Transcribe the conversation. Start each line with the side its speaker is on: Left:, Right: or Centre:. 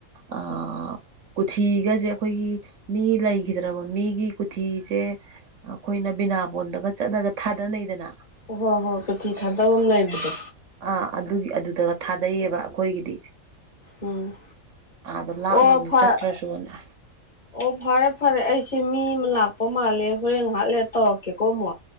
Right: ꯑ ꯀꯣꯊꯤꯒꯁꯦ ꯑꯩꯈꯣꯏꯒꯤ ꯃꯤ ꯂꯩꯈꯤꯗ꯭ꯔꯕ ꯃꯤꯒꯤ ꯀꯣꯊꯤꯁꯦ ꯑꯩꯈꯣꯏꯅ ꯕꯤꯅꯥꯕꯣꯟꯗꯒ ꯆꯠꯂꯒ ꯊꯥꯗꯅꯩꯗꯅ
Left: ꯑꯣ ꯍꯣ ꯍꯣꯏ ꯄꯩꯊꯤ ꯊꯥꯗꯕ ꯑꯃ ꯂꯩꯕꯗꯣ
Right: ꯑꯥ ꯑꯗꯨꯒꯤ ꯑꯗꯨꯗꯒ ꯊꯥꯗꯩꯌꯦꯕ ꯑꯩꯈꯣꯏꯒꯤꯗꯤ
Left: ꯎꯝ
Right: ꯑꯥꯗ ꯂꯥꯞꯅ
Left: ꯑꯣ
Right: ꯑꯃꯨꯛ
Left: ꯐ
Right: ꯆꯠꯇ꯭ꯔꯁꯨꯅ
Left: ꯑꯣ ꯐꯔꯦ ꯐꯔꯦ ꯑꯩꯁꯦ ꯃꯤ ꯑꯃ ꯂꯥꯛꯄ ꯃꯥꯜꯂꯦ ꯍꯣꯔꯦꯟ ꯍꯥꯠꯂꯦ ꯇꯧꯔꯛꯀꯦꯀꯣ ꯑꯃꯨꯛ